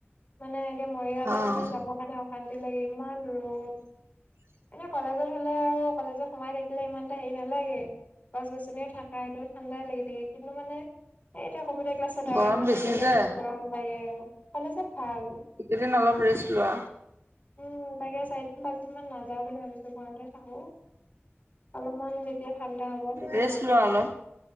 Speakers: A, on the left; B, on the right.
A: মানে এতিয়া মৰিয়ালে
B: অ',
A: মানে যাবৰ কাৰণে অশান্তি লাগে ইমান ৰ'দ
B: <inaudible>
A: এনে কলেজত হলে আৰু কলেজত সোমাই থাকিলে ইমান এটা হেৰি নালাগে গছ গছনি থাকাইটো ঠাণ্ডাই লাগি থাকে কিন্তু মানে এতিয়া কম্পিউটাৰ ক্লাছত ডাইৰেক্ট
B: গৰম
A: মানে
B: বেছি
A: গ'লে
B: যে
A: এইটো গৰম লাগে কলেজ ত ভাল
B: এইকেইদিন অলপ ৰেষ্ট লোৱা।
A: উম তাকে চাই পাচঁ দিন মান নায়াওঁ বুলি ভাবিছো ঘৰতে থাকো অলপমান যেতিয়া ঠাণ্ডা হ'ব তেতিয়া
B: ৰেষ্ট
A: যাম
B: লোৱা
A: আৰু
B: অলপ।